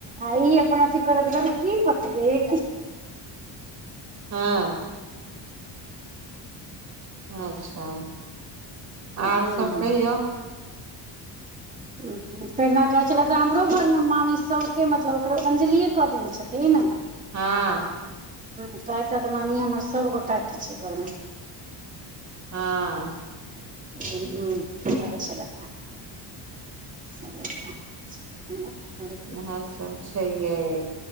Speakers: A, on the right; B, on the right.
A: आ ई अपना अथि करत कर कि बतबै
B: हँ अच्छा आर
A: हूँ
B: सब कहियौ
A: <unintelligible> फेरना कहै छले तऽ हमरो घरमे मामी सभके मतलब ओकरो अं्जलिए कऽ देने छथिन ने
B: हँ
A: ह कहैते तऽ मामी हमर सभगोटाके छै घरमे
B: हँ
A: हूँ कहै छलैथ है <unintelligible>
B: इएह सब छै यै